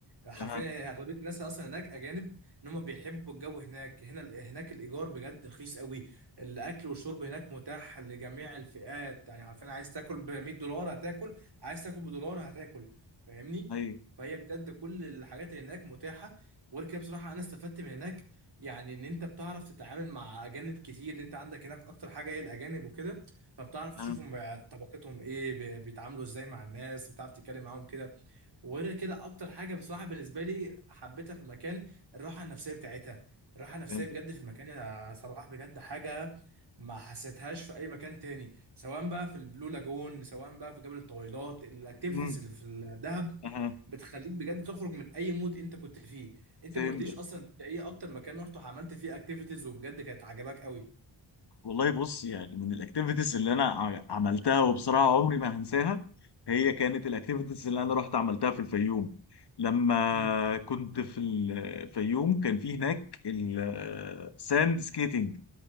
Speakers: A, on the right (about 60°); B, on the left (about 60°).
A: حرفيا
B: أها
A: اغلبية الناس اصلا هناك اجانب ان هم بيحبوا الجو هناك هنا هناك الايجار بجد رخيص قوي الاكل والشرب هناك متاح لجميع الفئات يعني حرفيا عايز تاكل ب 100 دولار هتاكل عايز تاكل بدولار هتاكل فاهمني
B: أيوه
A: فهي بجد كل الحاجات اللي هناك متاحة وغير كده بصراحة انا استفدت من هناك يعني ان انت بتعرف تتعامل مع اجانب كتير ان انت عندك هناك اكتر حاجه هي الاجانب وكده فبتعرف تشوفهم
B: أها
A: بقى طبقتهم ايه بي- بيتعاملوا ازاي مع الناس بتعرف تتكلم معاهم كده وغير كده اكتر حاجه بصراحه بالنسبه لي حبيتها في المكان الراحه النفسيه بتاعتها الراحه النفسيه
B: فهمتك
A: بجد في المكان يا صلاح بجد حاجه ما حسيتهاش في اي مكان تاني سواء بقى في البلو لاجون سواء بقى في جبل الطويلات الاكتيفيتيز
B: أمم،
A: اللي في الدهب
B: أها
A: بتخليك بجد تخرج من اي مود انت كنت فيه انت
B: فهمتك
A: ما قلتليش اصلا انت ايه اكتر مكان رحت وعملت فيه اكتيفيتيز وبجد كانت عجباك قوي
B: والله بص يعني من الاكتيفيتيز اللي انا ع- عملتها وبصراحه عمري ما هنساها هي كانت الاكتيفيتيز اللي انا رحت عملتها في الفيوم لما
A: امم
B: كنت في الفيوم كان في هناك الساند سكيتنج